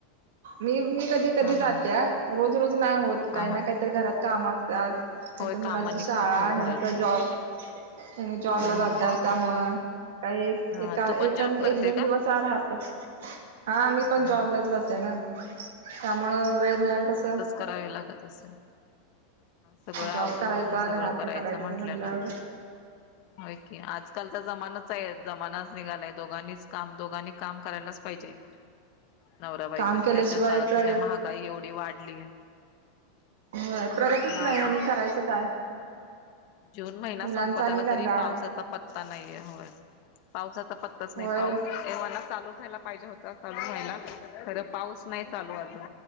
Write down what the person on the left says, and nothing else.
हा
हा हा
हा
हा
होय
काम
निघतात
होय घरातले
हा
हा हा
हा
तू पण जॉब करते
का
हा
करावे लागत असल. सगळ आवरून,
सगळं
करायचं म्हंटल्यानंतर,
होय कि आजकालचा जमानच हाय, जमानाच निघालाय दोघांनीच काम, दोघांनी काम करायलाच पाहिजे. नवरा बायकोणी,
त्या शिवाय चालतच
नही, महागाई एवढी वाढली य.
अजून
जून महिना
संपत
आला,
तरी पावसाचा पत्ता नाहीये, होय. पाऊसाचा पत्ताच
नही, पाऊस एव्हा ना चालू झाला पाहिजे होता, चालू व्हायला, खरं पाऊस नाही चालू अजून